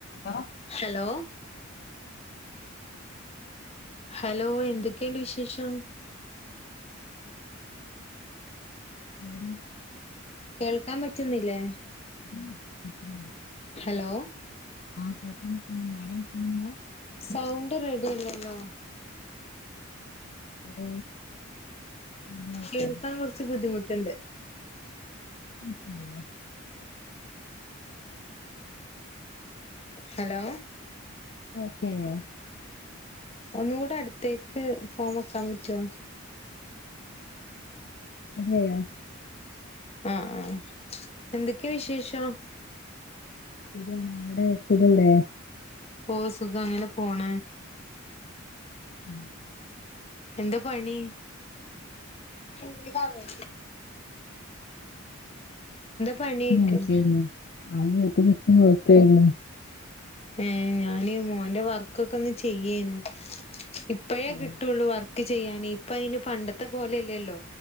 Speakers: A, on the left; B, on the left.
A: ഹലോ
B: ഹലോ ഹലോ എന്തൊക്കെയുണ്ട് വിശേഷം?
A: അവിടെ
B: കേൾക്കാൻ പറ്റുന്നില്ലേ
A: ഉം, പറ്റുന്നു.
B: ഹലോ
A: ആ കേൾക്കാൻ പറ്റുന്നു. മാഡം എത്തുന്നുണ്ടോ
B: സൗണ്ട് റെഡില്ലല്ലോ?
A: അത് എല്ലാവർക്കും
B: കേൾക്കാൻ കൊറച്ച് ബുദ്ധിമുട്ടുണ്ട്.
A: ഓക്കെ ആയോ?
B: ഹലോ
A: ഓകെആയേ?
B: ഒന്നുകൂടെ അടുത്തേക്ക് ഫോൺ വെക്കാൻ പറ്റോ?
A: റെഡിയായോ?
B: ആഹ ആഹ എന്തൊക്കെയ വിശേഷം
A: ഇരിവാണ് അവിടെ എത്തത്ണ്ടേ
B: ഓ സുഖം അങ്ങനെ പോണ
A: ഉം
B: എന്താ പണി ഇഞാ വ പണിയൊക്കെ
A: നോക്കിയ ആ ഉം
B: ഉം ഞാന് മോന്റെ വർകൊക്കെ ഒന്ന് ചെയ്യേനു ഇപ്പയേ
A: ഹലോ
B: കിട്ടുള്ളു വർക്ക് ചെയ്യാന് ഇപ്പ അതിന് പണ്ടത്തെ പോലെയല്ലല്ലോ